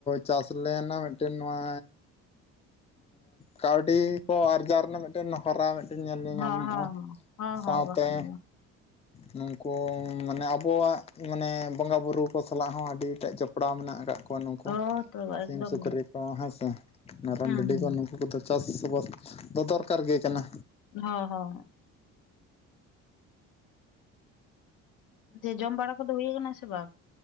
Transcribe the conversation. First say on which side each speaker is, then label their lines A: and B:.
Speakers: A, on the left; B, on the left.
A: ᱪᱟᱥ ᱞᱮᱱᱟ, ᱢᱤᱫᱴᱮᱱ ᱱᱚᱣᱟ ᱠᱟᱣᱰᱤ ᱠᱚ ᱟᱨᱡᱟᱣ ᱨᱮᱱᱟᱜ ᱢᱤᱫᱴᱮᱱ ᱦᱚᱨᱟ ᱧᱮᱞ ᱧᱮᱧᱟᱢᱚᱜᱼᱟ
B: ᱦᱚᱸ ᱦᱚᱸ ᱦᱚᱸ ᱦᱚᱸ
A: ᱥᱟᱶᱛᱮ
B: ᱦᱚᱸ ᱵᱟᱠᱷᱟᱱ ᱫᱚ ᱵᱟᱝ
A: ᱱᱩᱠᱩ ᱢᱟᱱᱮ ᱟᱵᱚᱣᱟᱜ ᱢᱟᱱᱮ ᱵᱚᱸᱜᱟ ᱵᱩᱨᱩ ᱠᱚ ᱥᱟᱞᱟᱜ ᱦᱚᱸ ᱟᱹᱰᱤᱴᱟᱜ ᱡᱚᱯᱲᱟᱣ ᱢᱮᱱᱟᱜ ᱠᱟᱜ- ᱱᱩᱝᱠᱩ
B: ᱦᱚᱸ ᱛᱚ ᱮᱠᱫᱚᱢ
A: ᱥᱤᱢ ᱥᱩᱠᱨᱤ
B: ᱜᱮ
A: ᱠᱚ ᱦᱮᱸ ᱥᱮ ᱢᱮᱨᱚᱢ
B: ᱦᱩᱸ
A: ᱵᱷᱤᱰᱤ
B: ᱦᱩᱸ
A: ᱠᱚ ᱱᱩᱠᱩ ᱠᱚᱫᱚ ᱪᱟᱥ - ᱵᱟᱥ ᱫᱚ ᱫᱚᱨᱠᱟᱨ ᱜᱮ ᱠᱟᱱᱟ᱾
B: ᱦᱚᱸ ᱦᱚᱸ ᱛᱮ ᱡᱚᱢ ᱵᱟᱲᱟ ᱠᱚᱫᱚ ᱦᱳᱭ ᱠᱟᱱᱟ ᱥᱮ ᱵᱟᱝ?